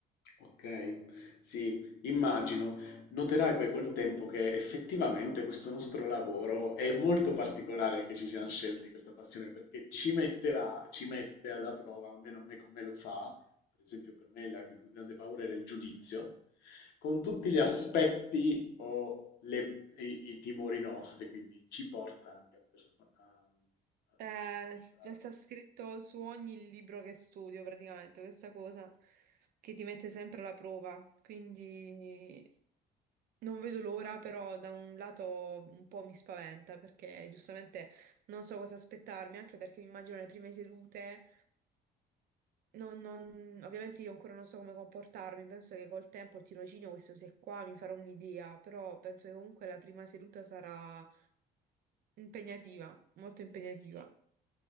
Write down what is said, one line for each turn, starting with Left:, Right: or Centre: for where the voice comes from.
Left: Ok, sì, immagino. Noterai poi col tempo che effettivamente questo nostro lavoro è molto particolare che ci siamo scelti questa passione perché ci metterà, ci mette alla prova, almeno a me come lo fa, per esempio per me la mia più grande paura era il giudizio, con tutti gli aspetti o le- i, i timori nostri, quindi ci porta anche a, pers- a, a, a
Right: Eh,
Left: dover superare
Right: sta scritto su ogni libro che studio, praticamente, questa cosa che ti mette sempre alla prova. Quindi non vedo l'ora, però da un lato un po' mi spaventa perché giustamente non so cosa aspettarmi, anche perché mi immagino le prime sedute. non- non- ovviamente io ancora non so come comportarmi, penso che col tempo il tirocinio, queste cose qua, mi farò un'idea, però penso che comunque la prima seduta sarà impegnativa, molto impegnativa.